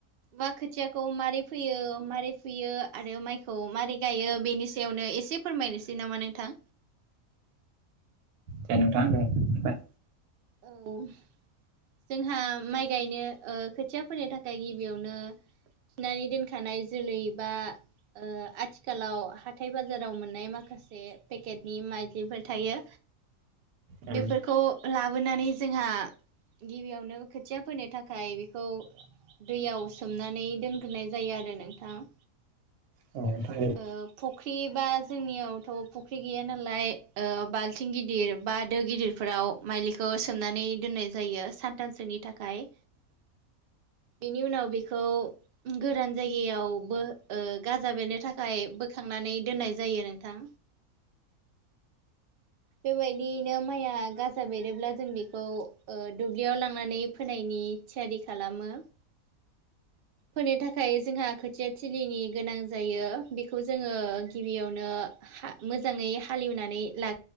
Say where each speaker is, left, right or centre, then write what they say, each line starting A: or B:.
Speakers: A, on the right; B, on the right.
A: बा खोथियाखौ मारै फोयो मारै फुयो आरो माइखौ मारै गायो बेनि सायावनो एसे फोरमायनोसै नामा नोंथां?
B: दे नोंथां दे बाय
A: औ जोंहा माइ गायनो ओ खोथिया फोनो थाखाय गिबियावनो थिनानै दोनखानाय जोलै बा ओ आथिखालाव हाथाय बाजाराव मोननाय माखासे पेकेटनि माइदलिफोर थायो
B: उम
A: बेफोरखौ ला बोनानै जोंहा गिबियावनो खोथिया फोनो थाखाय बेखौ दैयाव सोमनानै दोनग्रोनाय जायो आरो नोंथां।
B: औ आमफाय
A: ओ फुख्रि बा जोंनियावथ' फुख्रि गैया नालाय ओ बाल्थिं गिदिर बा दो गिदिर फोराव माइलिखौ सोमनानै दोननाय जायो सानथामसोनि थाखाय बेनि उनाव बेखौ गोरान जायगायावबो ओ गाजा बेरनो थाखाय बोखांनानै दोननाय जायो नोंथां। बेबायदियैनो माइआ गाजा बेरोब्ला जों बेखौ ओ दुब्लियाव लांनानै फोनायनि थियारि खालामो फोनो थाखाय जोंहा खोथिया थिलिनि गोनां जायो बेखौ जोङो गिबियावनो हा मोजाङै हालेवनानै ला